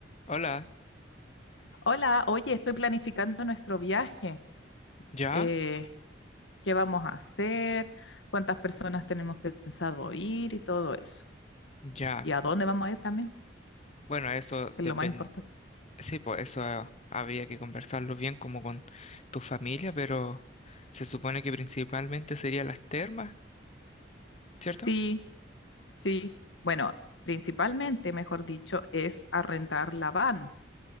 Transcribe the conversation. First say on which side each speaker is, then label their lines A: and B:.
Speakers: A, on the left; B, on the left.
A: Hola,
B: Hola, oye, estoy planificando nuestro viaje.
A: ¿ya?
B: Eh, ¿qué vamos a hacer? ¿Cuántas personas tenemos pensado ir y todo eso?
A: Ya.
B: ¿Y a dónde vamos a ir también?
A: Bueno, eso
B: Que
A: depende.
B: es lo más importante.
A: Sí, pues eso habría que conversarlo bien como con tu familia, pero se supone que principalmente serían las termas, ¿cierto?
B: Sí, sí. Bueno, principalmente, mejor dicho, es arrendar la van.